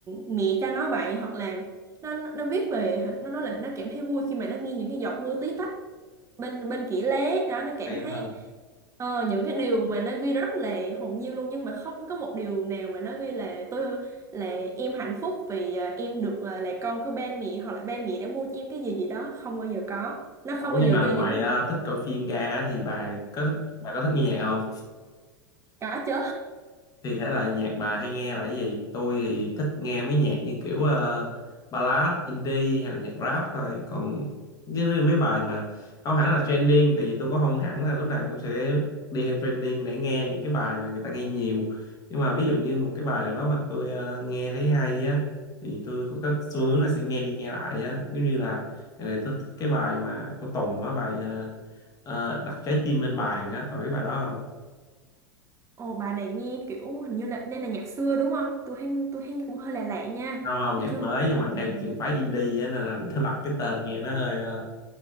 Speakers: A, on the right; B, on the left.
A: mẹ cho nó vậy hoặc là nó nó nó viết về nó nói là nó cảm thấy vui khi mà nó nghe những cái giọt mưa tí tách bên bên kỹ lế đó nó cảm
B: hay
A: thấy
B: quá ha.
A: ờ, những cái điều mà nó ghi rất là hồn nhiên luôn nhưng mà không có một điều nào mà nó ghi là tôi là em hạnh phúc vì à, em được à, là con của ba mẹ hoặc là ba mẹ đã mua cho em cái gì gì đó không bao giờ có nó không
B: Ủa
A: bao
B: nhưng
A: giờ
B: mà
A: ghi
B: ngoài
A: những cái
B: à, thích
A: điều
B: coi phim
A: này.
B: ra thì bà có thích bà có thích nghe nhạc không
A: có chứ
B: thì thể loại nhạc bà hay nghe là cái gì tôi thì thích nghe mấy nhạc như kiểu ờ, ballad indie hay là nhạc rap thôi còn như như mấy bài mà không hẳn là trending tại vì tôi cũng không hẳn là lúc nào cũng sẽ đi theo trending để nghe những cái bài mà người ta nghe nhiều nhưng mà ví dụ như một cái bài nào đó mà tôi ờ, nghe thấy hay á thì tôi cũng có xu hướng là sẽ nghe đi nghe lại á giống như là ngày này tôi thích cái bài mà của Tùng á bài ờ, ờ, đặt trái tim lên bàn á bà biết bài đó không
A: ồ bà này nghe kiểu hình như là nên là nhạc xưa đúng không tôi hay tôi hay cũng hơi lạ lạ nha
B: không không
A: tôi
B: nhạc
A: chưa
B: mới
A: nghe
B: nhưng mà
A: nhưng
B: theo trường phái indie á nên là nó đặt cái tên nghe nó hơi ờ,